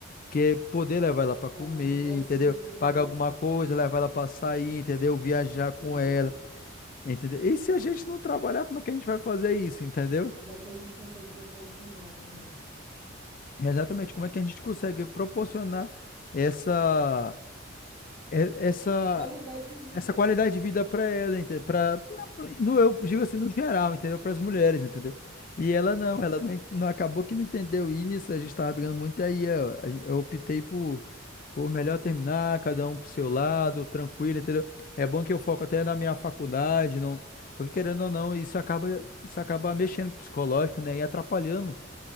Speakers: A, on the left; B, on the right.
A: Que é poder levar ela para comer,
B: Pagar um negocinho,
A: entendeu? Pagar
B: é,
A: alguma coisa, levar ela para sair, entendeu? Viajar
B: isso
A: com
B: é verdade.
A: ela, entendeu? E se a gente não trabalhar, como é que a gente vai fazer isso, entendeu?
B: Como é que a gente consegue proporcionar, né, mano?
A: Exatamente, como é que a gente consegue proporcionar essa, e- essa
B: A qualidade de vida,
A: essa qualidade
B: pô.
A: de vida para ela, entendeu? Para
B: Uhum,
A: no eu digo assim no geral, entendeu? Para as mulheres, entendeu? E
B: sim.
A: ela não, ela não, en- não acabou que não entendeu isso, a gente tava brigando muito aí, eu, a gen- eu optei por por melhor terminar, cada um pro seu lado, tranquilo, entendeu? É bom que eu foco até na minha faculdade, não, porque querendo ou não, isso acaba isso acaba mexendo com o psicológico, né? E atrapalhando.